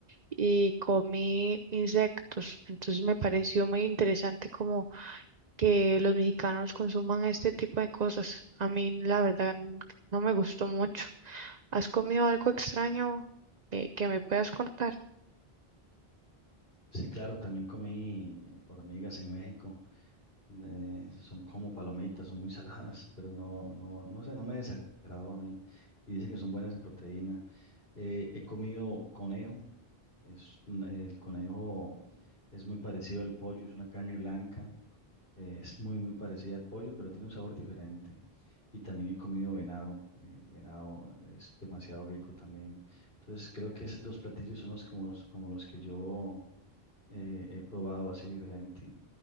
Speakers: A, on the right (about 45°); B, on the left (about 65°).
A: y comí insectos. Entonces me pareció muy interesante como que los mexicanos consuman este tipo de cosas. A mí la verdad n- no me gustó mucho. ¿Has comido algo extraño eh, que me puedas contar?
B: Sí, claro, también comí eh, hormigas en México. eh, son como palomitas, son muy saladas, <laughs> pero no, no, no sé, no me desagradó a mí. Y dicen que son buenas en proteína. Eh, he comido conejo. Es, un- el conejo es muy parecido al pollo, es una carne blanca. Eh, es muy, muy parecida al pollo, pero tiene un sabor diferente. Y también he comido venado. eh, venado es demasiado rico también. Entonces creo que esos dos platillos son los como, los- como los que yo eh, he probado así diferente.